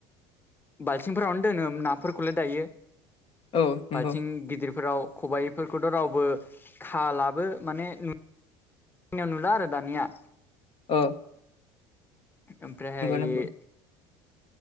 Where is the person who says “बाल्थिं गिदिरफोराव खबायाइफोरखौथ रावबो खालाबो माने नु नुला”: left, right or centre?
Left